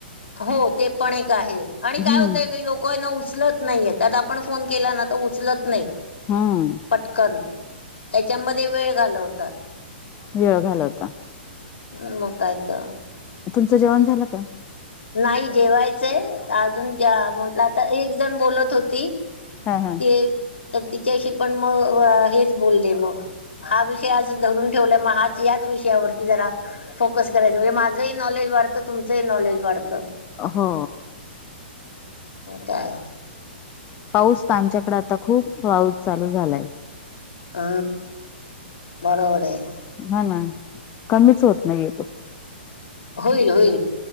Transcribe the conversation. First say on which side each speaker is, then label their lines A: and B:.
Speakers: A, on the left (about 75°); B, on the left (about 25°).
A: हो.. ते पण एक आहे. आणि
B: हम्म
A: काय होतय काही लोक न... उचलत नाहीएत. आता आपण फोन केला ना तर उचलत नाहीत.
B: हम्म...
A: पटकन.... त्याच्यामध्ये वेळ घालवतात.
B: वेळ घालवता...
A: मग काय तर
B: तुमचं जेवण झालं का?
A: नाही जेवायचंय. अजून जा. म.. म्हटलं आता एक जण बोलत होती.
B: हा..... हा..
A: ते.. तर तिच्याशी पण मग.. अ... हेच बोलले मग... हा... विषय आज धरून ठेवला मग हा याच विषयावरती जरा... फोकस करायचा म्हणजे माझंही नॉलेज वाढतं. तुमचंही नॉलेज वाढतं.
B: हो...
A: काय
B: पाऊस तर आमच्याकडे आता खूप पाऊस चालू झालाय.
A: ह.. बरोबर आहे.
B: हा.. ना.. कमीच होत नाहीेए तो.
A: होईल - होईल...